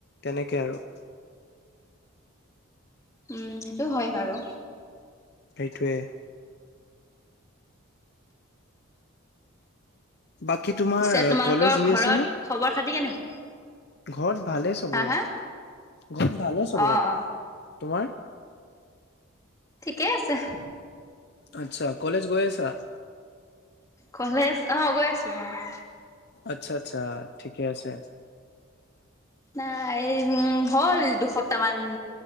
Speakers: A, on the left; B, on the left.
A: তেনেকে আৰু।
B: উম, সেইটো হয় বাৰু।
A: সেইটোৱে। বাকী তোমাৰ
B: পিছে তোমালোকৰ
A: কলেজ হৈ
B: ঘৰত
A: আছে নে?
B: খবৰ খাতি কেনেকুৱা?
A: ঘৰত ভালে চবৰে,
B: হা হা?
A: ঘৰত ভালে চবৰে,
B: অ অ
A: তোমাৰ?
B: ঠিকে আছে।
A: আচ্ছা, কলেজ গৈ আছা?
B: কলেজ অ', গৈ আছোঁ অ'।
A: আচ্ছা, আচ্ছা, ঠিকে আছে।
B: নাই এই উম, হ'ল দুসপ্তাহ মান।